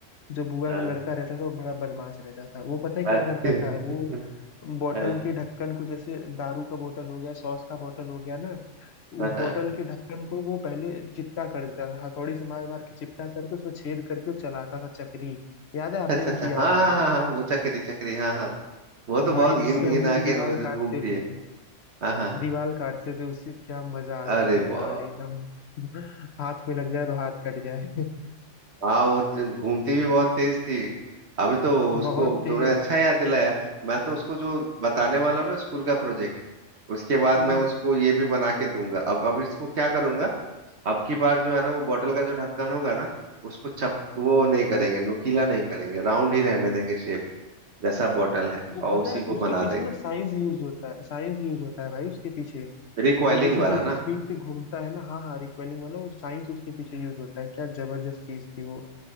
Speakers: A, on the left; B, on the right.
A: जो बुआ
B: हाँ,
A: का लड़का रहता था वो बड़ा बदमाश रहता था वो पता है
B: अच्छा
A: क्या करता था वो बोतल
B: हाँ,
A: के ढक्कन को जैसे दारू का बोतल हो गया सॉस का बोतल हो गया ना तो
B: हाँ,
A: उस बोतल के ढक्कन को वो पहले चिपटा कर देता था हथौड़ी से मार मार के चिपटा करके उसमें छेद करके वो चलाता था चक्री याद है आपने
B: अच्छा
A: भी
B: अच्छा
A: किया
B: हाँ
A: होगा
B: हाँ हाँ हाँ वो चक्री चक्री हाँ हाँ वो
A: और
B: तो
A: भाई
B: बहुत घिन
A: उससे हम
B: घिना
A: लोग
B: के
A: दीवार
B: रोज
A: काटते
B: घूमती
A: थे
B: है हाँ हाँ
A: दीवार काटते थे उससे क्या मजा आता
B: अरे
A: था यार
B: बा
A: एकदम <laughs> हाथ पे लग जाए तो हाथ कट जाए <laughs>
B: हाँ वो च- घूमती भी बहुत तेज थी अभी तो उसको
A: बहुत तेज
B: तुमने अच्छा याद दिलाया मैं तो उसको जो बताने वाला हूँ ना स्कूल का प्रोजेक्ट उसके बाद
A: हम्म
B: मैं उसको ये भी बना के दूंगा अब अब इसको क्या करूंगा अब की बार जो है ना वो बॉटल का जो ढक्कन होगा ना उसको चप वो नहीं करेंगे नुकीला नहीं करेंगे राउंड ही रहने देंगे शेप जैसा बॉटल है
A: वो
B: और
A: पता
B: उसी
A: है
B: को
A: उसके
B: बना
A: पीछे
B: देंगे
A: ना साइंस यूज होता है साइंस यूज होता है भाई उसके पीछे
B: रिकॉइलिंग
A: वो जिस
B: वाला ना
A: स्पीड से घूमता है ना हाँ हाँ रिकॉइलिंग वाला वो साइंस उसके पीछे यूज होता है क्या जबरदस्त चीज थी वो